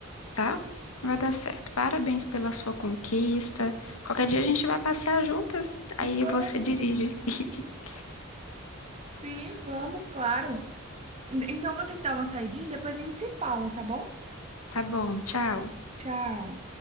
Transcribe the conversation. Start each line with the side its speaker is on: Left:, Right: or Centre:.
Left: tá? Vai dar certo. Parabéns pela sua conquista. Qualquer dia a gente vai passear juntas. Aí
Right: Vamos.
Left: você dirige. <laughs>
Right: Sim, vamos, claro. Então eu vou ter que dar uma saidinha e depois a gente se fala, tá bom?
Left: Tá bom, tchau.
Right: Tchau.